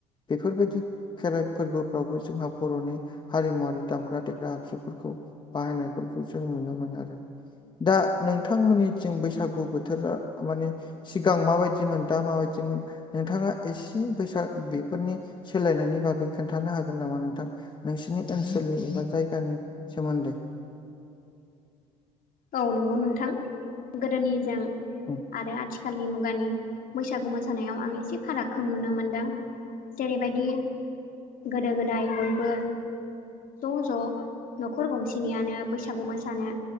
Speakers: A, on the left; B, on the left.
A: बेफोरबायदि खेराइ फोरबोफ्रावबो जोंहा बर'नि हारिमुवारि दामग्रा देग्रा आबजुफोरखौ। बाहायनायफोरखौ जों नुनो मोनो आरो। दा नोंथांमोननिथिं बैसागु बोथोरा माने सिगां माबायदिमोन दा माबायदिमोन नोंथाङा एसे बैसाग बेफोरनि सोलायनायनि बागै खोन्थानो हागोन नामा नोंथां? नोंसिनि ओनसोलनि एबा जायगानि सोमोन्दै।
B: औ नांगौ नोंथां। गोदोनिजों
A: उम
B: आरो आथिखाल खालि मुगानि बैसागु मोसानायाव आं एसे फारागखौ नुनो मोनदों। जेरैबायदि गोदो गोदाय बयबो ज' ज' न'खर गंसेनियानो बैसागु मोसानो।